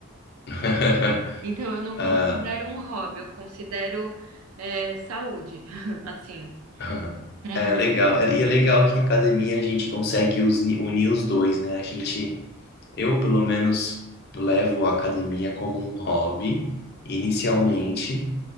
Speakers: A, on the left; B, on the right.
A: <laughs>
B: Então, eu não considero
A: Ah,
B: um hobby, eu considero é, saúde, <laughs> assim,
A: Aham.
B: pra
A: É
B: mim.
A: legal. É- E é legal que a academia a gente consegue os- unir os dois, né? A gente, eu pelo menos levo a academia como um hobby inicialmente
B: né?